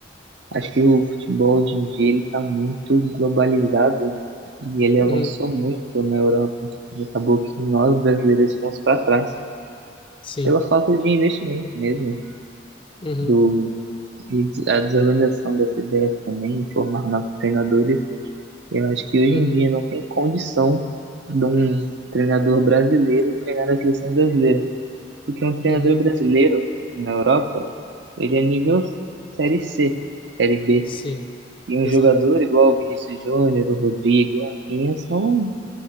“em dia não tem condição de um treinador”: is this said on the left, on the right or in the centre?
Right